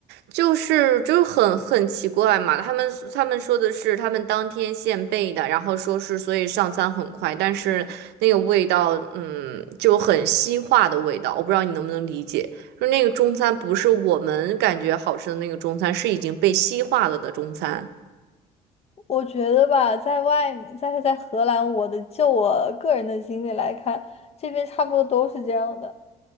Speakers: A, on the right (about 80°); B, on the left (about 35°).
A: 就是就很很奇怪嘛。他们他们说的是他们当天现备的，然后说是所以上餐很快，但是那个味道，嗯，就很西化的味道，我不知道你能不能理解，就那个中餐不是我们感觉好吃的那个中餐，是已经被西化了的中餐。
B: 我觉得吧，在外面，在在荷兰，我的就我个人的经历来看，这边差不多都是这样的。